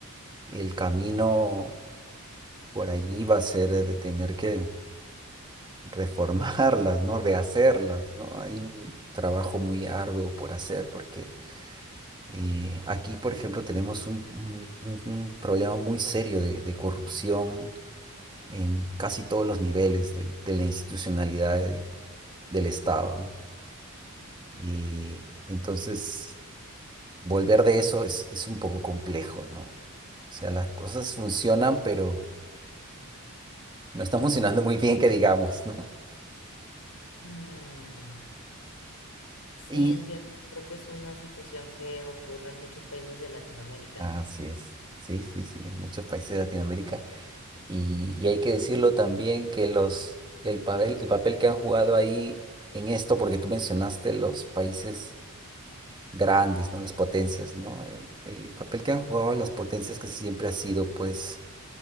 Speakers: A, on the right (about 20°); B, on the left (about 85°).
A: el camino por allí va a ser de tener que reformarlas, ¿no? Rehacerlas, ¿no? Hay un trabajo muy arduo por hacer porque eh, aquí, por ejemplo, tenemos un, un- un- un problema muy serio de, de corrupción en casi todos los niveles de, de la institucionalidad de- del Estado, ¿no? Y entonces... volver de eso es, es un poco complejo, ¿no? O sea, las cosas funcionan, pero no están funcionando muy bien, que digamos, ¿no?
B: Mm, sí,
A: Y
B: entiendo. Creo que es una situación que ocurre en muchos países de Latinoamérica,
A: así
B: ¿no?
A: es. Sí, sí, sí, en muchos países de Latinoamérica. Y, y hay que decirlo también que los, el papel, el papel que han jugado ahí en esto, porque tú mencionaste los países grandes, ¿no? Las potencias, ¿no? El, el papel que han jugado las potencias casi siempre ha sido, pues,